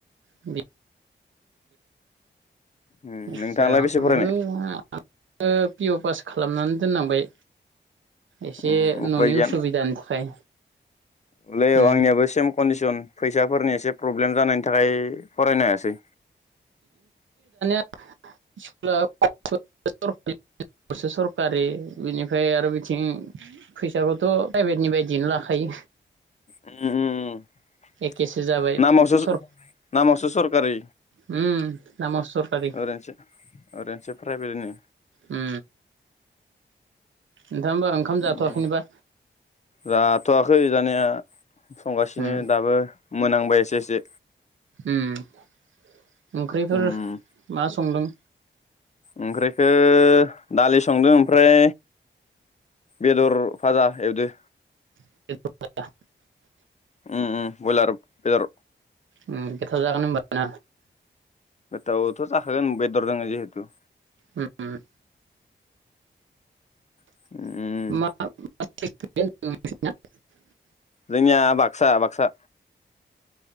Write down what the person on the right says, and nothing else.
बि
आदसा
आंबो
<unintelligible> पि अ फास खालामनानै दोननांबाय। एसे
न'नि
उसुबिदानि थाखाय
उम
<inaudible> सरखारि बिनिफ्राय आरो बिथिं फैसाखौथ प्राइभेटनि बायदियैनो लाखायो।
एखेसो जाबाय
सर
उम नामाव सरकारि
उम नोंथां होमबा ओंखाम जाथ'वाखैनोबा
उम
ओम ओंख्रिफोर
मा संदों
<unintelligible>
ओम गोथाव जागोन होमबा ना
ओम ओम <unintelligible>
<unintelligible>